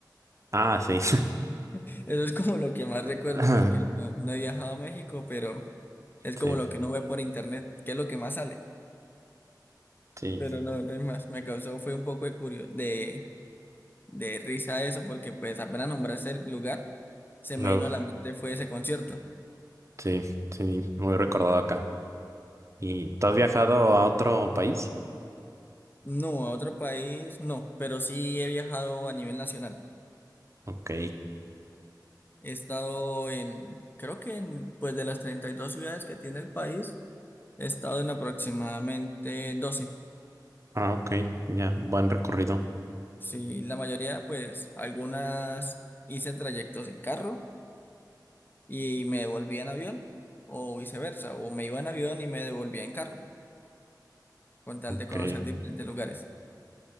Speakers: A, on the right; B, on the left.
A: Ah, sí.
B: <laughs> Eso es como lo que más
A: <laughs>
B: recuerdo porque no, no he viajado a México, pero es
A: Sí,
B: como lo que uno ve por internet, que es lo que más sale.
A: sí.
B: Pero no, no es más, me causó fue un poco de curio, de, de risa eso, porque pues apenas nombraste el lugar, se
A: Luego,
B: me vino a la mente fue ese concierto.
A: <laughs> sí, sí, muy recordado acá. ¿Y tú has viajado a otro país?
B: No, a otro país no, pero sí he viajado a nivel nacional.
A: Ok.
B: He estado en, creo que en, pues de las 32 ciudades que tiene el país, he estado en aproximadamente 12.
A: Ah, ok, ya, buen recorrido.
B: Sí, la mayoría, pues algunas hice trayectos en carro y me devolvía en avión o viceversa, o me iba en avión y me devolvía en carro, con tal
A: Ok,
B: de conocer diferentes lugares.